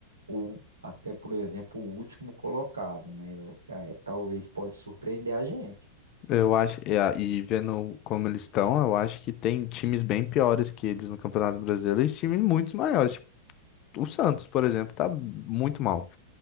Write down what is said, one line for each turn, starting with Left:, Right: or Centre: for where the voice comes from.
Right: o, até, por exemplo, o último colocado, né? É, talvez pode surpreender a gente.
Left: Eu acho, e, a- e vendo como eles estão, eu acho que tem times bem piores que eles no Campeonato Brasileiro e times muito maiores. O Santos, por exemplo, tá muito mal.